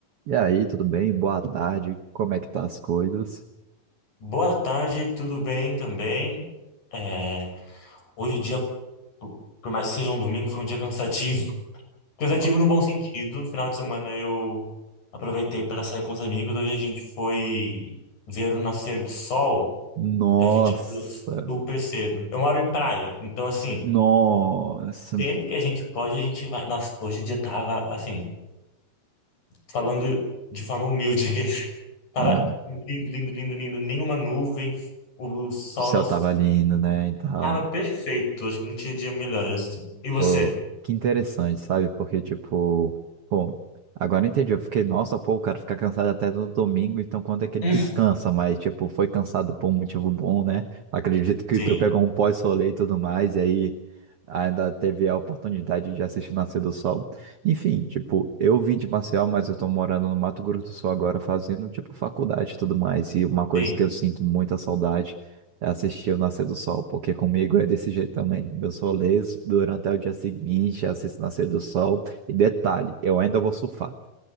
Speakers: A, on the right (about 70°); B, on the left (about 55°).
A: E aí, tudo bem? Boa tarde. Como é que tá as coisas?
B: Boa tarde, tudo bem também? É, hoje o dia, por por mais que seja um domingo, foi um dia cansativo. <laughs> Cansativo
A: No-
B: no bom sentido. Final de semana eu aproveitei para sair com os amigos. Hoje a gente foi ver o nascer do sol,
A: Nossa,
B: então a gente acordou super cedo. Eu moro em praia, então assim,
A: nossa.
B: sempre que a gente pode, a gente vai. Nossa, hoje o dia tava assim, falando de forma humilde <laughs> aqui. Tava
A: Ah,
B: lindo, lindo, lindo, lindo. Nenhuma nuvem, o sol
A: o céu
B: nasceu.
A: tava lindo, né? E tal.
B: Cara, perfeito. Acho que não tinha dia melhor assim. E você?
A: Pô, que interessante, sabe? Porque, tipo, pô, agora eu entendi. Eu fiquei, nossa, pô, o cara fica cansado até no domingo, então quando é que ele
B: <laughs>
A: descansa? Mas, tipo, foi cansado por um motivo bom, né? Acredito que
B: Sim,
A: tu pegou um pós-rolê e tudo mais, e aí ainda teve a oportunidade de assistir Nascer do Sol. Enfim, tipo, eu vim de Maceió, mas eu tô morando no Mato Grosso do Sul agora, fazendo, tipo, faculdade e tudo mais. E uma coisa
B: sim.
A: que eu sinto muita saudade assistir o nascer do sol, porque comigo é desse jeito também. Eu sou leso durante até o dia seguinte, assisto o nascer do sol. E detalhe, eu ainda vou surfar.